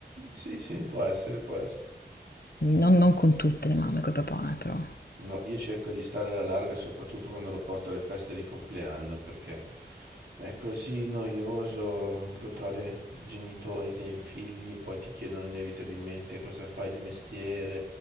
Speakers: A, on the right; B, on the left.
A: Sì, sì, può essere, può essere.
B: non, non con tutte le mamme, con i papà, eh, però.
A: No, io cerco di stare alla larga soprattutto quando lo porto alle feste di compleanno perché è così noioso incontrare genitori dei figli e poi ti chiedono inevitabilmente cosa fai di mestiere